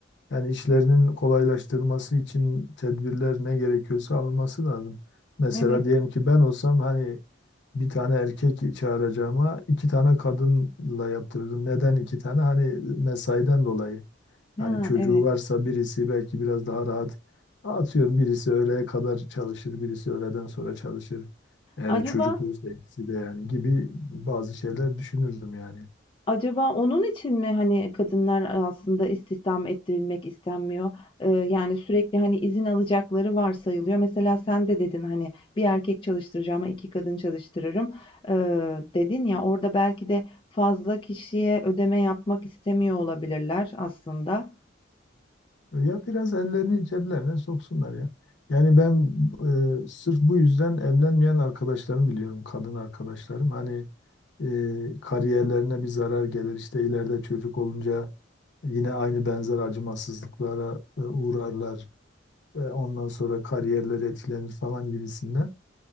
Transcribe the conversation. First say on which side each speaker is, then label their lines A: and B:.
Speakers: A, on the left (about 65°); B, on the left (about 25°).
A: yani işlerinin kolaylaştırılması için tedbirler ne gerekiyorsa alınması lazım. Mesela
B: Evet.
A: diyelim ki ben olsam hani bir tane erkek çağıracağıma iki tane kadınla yaptırırdım. Neden iki tane? Hani mesaiden dolayı.
B: Ha,
A: Hani çocuğu
B: evet.
A: varsa birisi belki biraz daha rahat atıyorum birisi öğleye kadar çalışır, birisi öğleden sonra çalışır. Eğer
B: Acaba
A: çocukluysa ikisi de yani gibi bazı şeyler düşünürdüm yani.
B: acaba onun için mi hani kadınlar aslında istihdam ettirilmek istenmiyor? Eee, yani sürekli hani izin alacakları varsayılıyor. Mesela sen de dedin hani bir erkek çalıştıracağıma iki kadın çalıştırırım. Eee, dedin ya orada belki de fazla kişiye ödeme yapmak istemiyor olabilirler aslında.
A: Ya biraz ellerini ceplerine soksunlar ya. Yani ben e, sırf bu yüzden evlenmeyen arkadaşlarım biliyorum, kadın arkadaşlarım. Hani e, kariyerlerine bir zarar gelir. işte ileride çocuk olunca yine aynı benzer acımasızlıklara e, uğrarlar. E, ondan sonra kariyerleri etkilenir falan gibisinden.